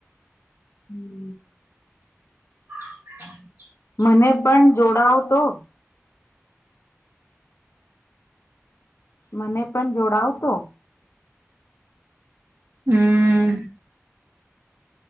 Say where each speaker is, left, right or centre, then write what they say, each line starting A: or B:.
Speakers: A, on the left; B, on the right.
A: હમ
B: <inaudible>
A: મને પણ જોડાવ તો મને પણ જોડાવતો
B: હમ્મ હમ્મ